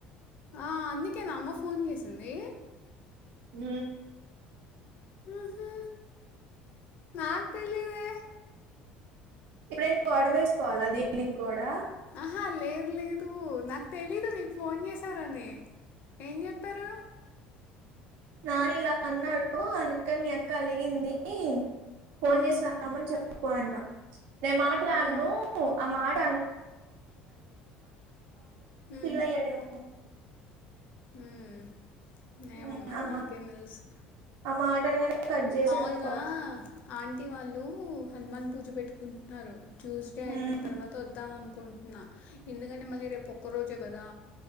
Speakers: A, on the left; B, on the right.
A: ఆ అందుకేనా అమ్మ ఫోన్ చేసింది
B: ఉ
A: ఉహు నాకు తెలిదే
B: ఇప్పుడు ఏంది గోడవేసుకోవాలా దినికి కూడా
A: ఆహా లేదు లేదు నాకు తెలీదు నీకు ఫోన్ చేసారని ఏం చెప్పారు
B: నాని ఇలా అన్నాడు అందుకని మీ అక్క అలిగింది ఫోన్
A: హ్మ్.
B: చేసి రామ్మని చెప్పుకోంట నేను మాట్లాడను
A: హ్మ్.
B: ఆ మాట
A: హ్మ్.
B: <unintelligible>
A: ఉ ఏమో
B: "ఉమ్, అమ్మ
A: నాకేం తెలుసు
B: ఆ మాట అనగానే కట్ చేశాడు
A: మాములుగా
B: పాప
A: ఆంటీ వాళ్ళు హనుమాన్ పూజ పెట్టుకుంటున్నారు ట్యూస్డే అయిపోయిన
B: "ఉమ్,
A: తర్వాత వద్దామనుకుంటున్నాను ఎందుకంటే మళ్ళీ రేపు ఒక్కరోజే కదా